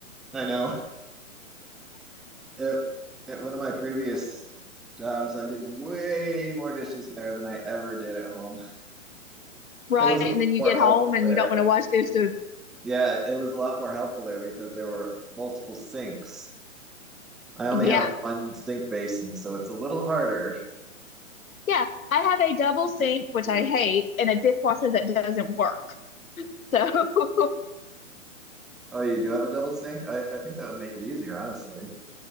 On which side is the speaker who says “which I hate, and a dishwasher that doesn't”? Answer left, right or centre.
Left